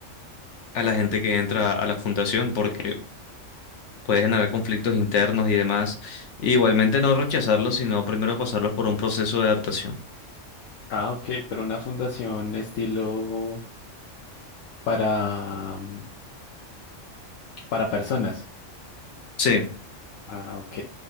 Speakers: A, on the left; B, on the left.
A: a la gente que entra a la fundación porque puede generar conflictos internos y demás. Y igualmente no rechazarlos, sino primero pasarlos por un proceso de adaptación.
B: Ah, ok, pero una fundación estilo para, mm, para personas.
A: Sí,
B: Ah, ok.